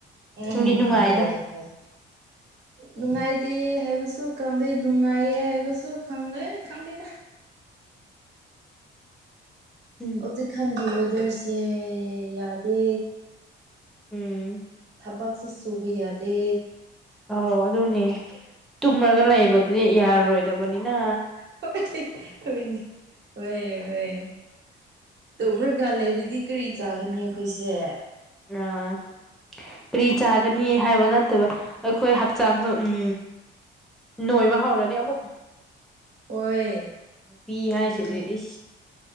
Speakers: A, on the right (about 60°); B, in the centre.
A: ꯎꯝꯝ
B: ꯅꯨꯡꯗꯤ ꯅꯨꯡꯉꯥꯏꯗ
A: <unintelligible>
B: <inaudible>
A: ꯅꯨꯡꯉꯥꯏꯇꯦ ꯍꯥꯏꯕꯁꯨ ꯈꯪꯗꯦ ꯅꯨꯡꯉꯥꯏꯌꯦ ꯍꯥꯏꯕꯁꯨ ꯈꯪꯂꯦ ꯈꯪꯗꯦꯗ
B: ꯎꯝ
A: ꯍꯧꯖꯤꯛꯀꯥꯟꯒꯤ ꯋꯦꯗꯔꯁꯦ ꯌꯥꯗꯦ
B: ꯎꯝ
A: ꯊꯕꯛꯁꯨ ꯁꯨꯕ ꯌꯥꯗꯦ
B: ꯑꯧ ꯑꯗꯨꯅꯦ ꯇꯨꯝꯃꯒ ꯂꯩꯕꯗꯨꯗꯤ ꯌꯥꯔꯔꯣꯏꯗꯕꯅꯤꯅ
A: ꯍ ꯍ ꯍꯌꯦ ꯇꯣ ꯃ꯭ꯔꯒꯥ ꯂꯩꯔꯗꯤ ꯀꯔꯤ ꯆꯥꯒꯅꯤ ꯑꯩꯈꯣꯏꯁꯦ
B: ꯑ ꯀꯔꯤ ꯆꯥꯒꯅꯤ ꯍꯥꯏꯕ ꯅꯠꯇꯕ ꯑꯩꯈꯣꯏ ꯍꯛꯆꯥꯡꯁꯨ ꯎꯝ ꯅꯣꯏꯕ ꯍꯧꯔꯅꯤ ꯑꯃꯨꯛ
A: ꯍꯣꯏ
B: ꯅꯨꯄꯤ ꯍꯥꯏꯁꯤꯗꯤ
A: ꯑꯗꯨ
B: ꯑꯩ